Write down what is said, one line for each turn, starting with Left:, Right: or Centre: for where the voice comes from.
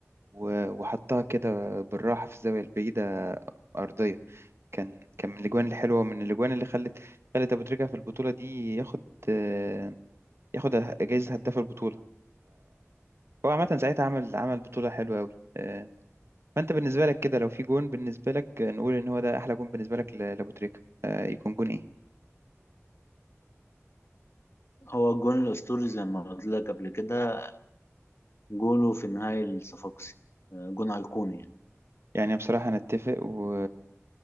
Right: و- وحطها كده بالراحة في الزاوية البعيدة أرضية كان كان من الأجوان الحلوة من الأجوان اللي خلت خلت أبو تريكة في البطولة دي ياخد آه، ياخد جايزة هداف البطولة هو عامة ساعتها عمل عمل بطولة حلوة أوي آه، فأنت بالنسبة لك كده لو في جون بالنسبة لك آه، نقول إن هو ده أحلى جون بالنسبة لك ل- لأبو تريكة آه، يكون جون إيه؟
Left: هو الجون الأسطوري زي ما قلت لك قبل كده جوله في نهاية الصفاقسي آه، جون أيقوني يعني.
Right: يعني بصراحة أنا أتفق و